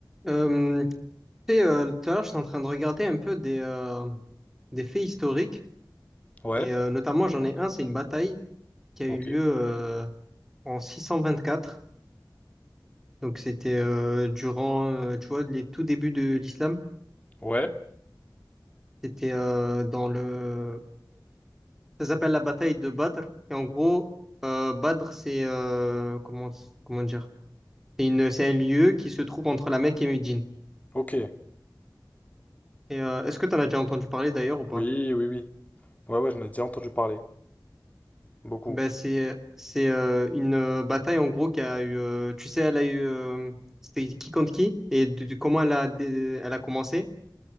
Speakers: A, in the centre; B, on the left.
A: Euh, tu sais, euh, tout à l'heure, je suis en train de regarder un peu des, euh, des faits historiques,
B: Ouais,
A: et euh, notamment, j'en ai un, c'est une bataille qui a
B: ok.
A: eu lieu euh, en 624. Donc, c'était euh, durant, euh, tu vois, les tout débuts de l'islam.
B: Ouais,
A: C'était euh, dans le... Ça s'appelle la bataille de Badr. Et en gros, euh, Badr, c'est... euh, comment, comment dire? C'est une, c'est un lieu qui se trouve entre la Mecque et Médine.
B: ok.
A: Et euh, est-ce que tu en as déjà entendu parler d'ailleurs ou pas?
B: Oui, oui, oui. Ouais, ouais, j'en ai déjà entendu parler. Beaucoup.
A: Ben c'est c'est euh, une euh, bataille en gros qui a eu euh, tu sais elle a eu euh, c'était qui contre qui et de, de comment elle a dé- elle a commencé